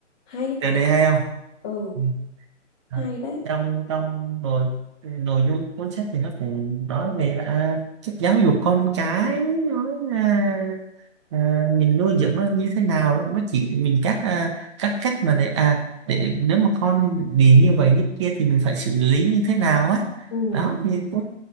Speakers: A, on the left; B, on the right.
A: hay ta
B: trời đề hay không
A: ừ
B: Ừ. À,
A: hay đấy
B: trong trong nội nội dung cuốn sách thì nó cũng nói về là sách giáo dục con cái nói là à, mình nuôi dưỡng nó như thế nào đó. nó chỉ mình các à, các cách mà để à để nếu mà con bị như vậy như kia thì mình phải xử lý như thế nào á
A: ừ
B: đó thì tôi